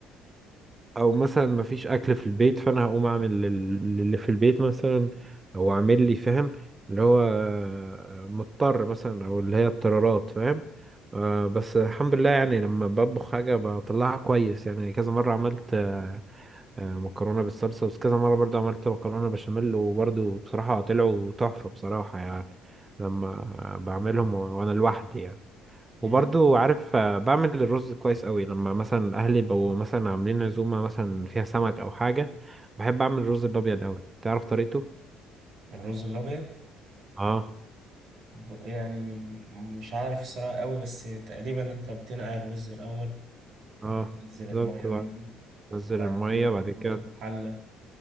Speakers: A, on the right (about 25°); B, on the right (about 55°).
A: أو مثلا ما فيش أكل في البيت فأنا هقوم أعمل لل- اللي في البيت مثلا أو أعمل لي فاهم اللي هو مضطر مثلا أو اللي هي اضطرارات فاهم آه، بس الحمد لله يعني لما بطبخ حاجة بطلعها كويس يعني كذا مرة عملت آه، مكرونه بالصلصه بس كذا مره برضو عملت مكرونه بشاميل وبرضو بصراحه طلعوا تحفه بصراحه يعني لما بعملهم و- وانا لوحدي يعني
B: مم.
A: وبرضو عارف آه، بعمل الرز كويس قوي لما مثلا اهلي بقوا مثلا عاملين عزومه مثلا فيها سمك او حاجه بحب اعمل الرز الابيض قوي تعرف طريقته
B: الرز الأبيض
A: اه
B: ب- يعني م- مش عارف الصراحة قوي بس تقريبا أنت بتنقع الرز الأول وبتنزل
A: اه
B: المية
A: بالظبط بقى
B: منه
A: تنزل
B: بعد
A: الميه
B: كده بتحطه
A: بعد كده
B: في حلة